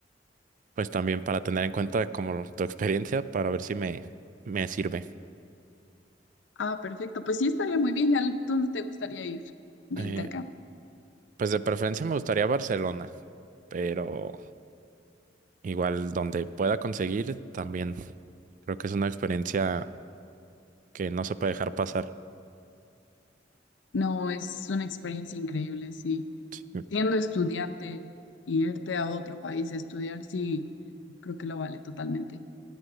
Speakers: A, on the right; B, on the left.
A: pues también para tener en cuenta como tu experiencia para ver si me, me sirve.
B: Ah, perfecto. Pues sí, estaría muy bien. ¿Y a dónde te gustaría ir de
A: Eh,
B: intercambio?
A: Pues de preferencia me gustaría Barcelona, pero igual donde pueda conseguir también. Creo que es una experiencia que no se puede dejar pasar.
B: No, es una experiencia increíble, sí.
A: Sí,
B: Siendo estudiante, irte a otro país a estudiar, sí, creo que lo vale totalmente.